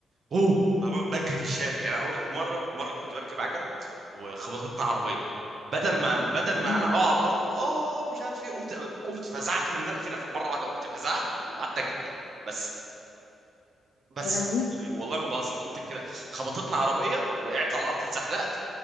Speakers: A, on the right; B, on the left.
A: اوه بجري في الشارع يعني انا اقول لك مره مره كنت بركب عجله وخبطتنا عربيه بدل ما بدل ما
B: امم
A: انا اقع على الارض اقول اه مش عارف ايه قمت قمت فزعت من نا- كده مره واحده قمت فزعت وقعدت اجري بس بس
B: يا لهوي
A: والله ما بهزر قمت كده خبطتنا عربيه وقعت على الارض اتزحلقت